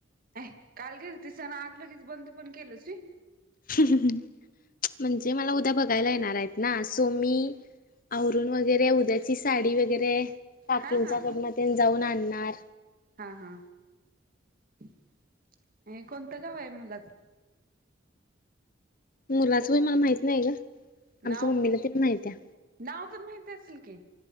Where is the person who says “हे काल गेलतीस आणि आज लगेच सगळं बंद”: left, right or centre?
Right